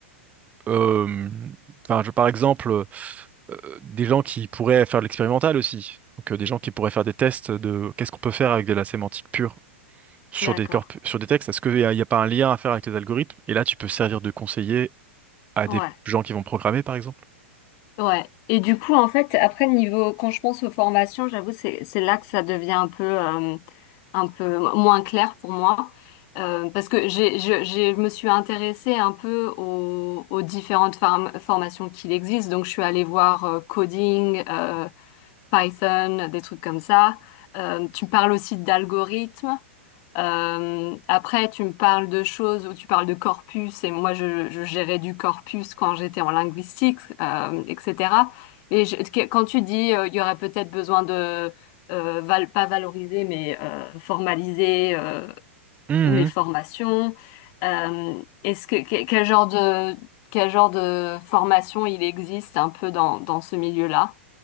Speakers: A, on the right; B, on the left.
A: euh, enfin, je- par exemple. euh, des gens qui pourraient faire de l'expérimental aussi. Donc, euh, des gens qui pourraient faire des tests de qu'est-ce qu'on peut faire avec de la sémantique pure sur
B: d'accord.
A: des corps, sur des textes. Est-ce qu'il n'y a, y a pas un lien à faire avec les algorithmes? Et là, tu peux servir de conseiller à
B: Ouais.
A: des gens qui vont programmer, par exemple.
B: Ouais. Et du coup, en fait, après, niveau, quand je pense aux formations, j'avoue, c'est, c'est là que ça devient un peu, euh, un peu moins clair pour moi. Euh, parce que j'ai, je, j'ai- je me suis intéressée un peu aux, aux différentes form- formations qu'il existe. Donc, je suis allée voir euh, coding, euh, Python, des trucs comme ça. Euh, tu parles aussi d'algorithmes. Euh, après, tu me parles de choses où tu parles de corpus, et moi, je, je gérais du corpus quand j'étais en linguistique, euh, etc. Et je- que- quand tu dis, euh, il y aurait peut-être besoin de, euh, val- pas valoriser, mais euh, formaliser euh,
A: Mhm.
B: mes formations, euh, est-ce que, que- quel genre de, quel genre de formation il existe un peu dans, dans ce milieu-là?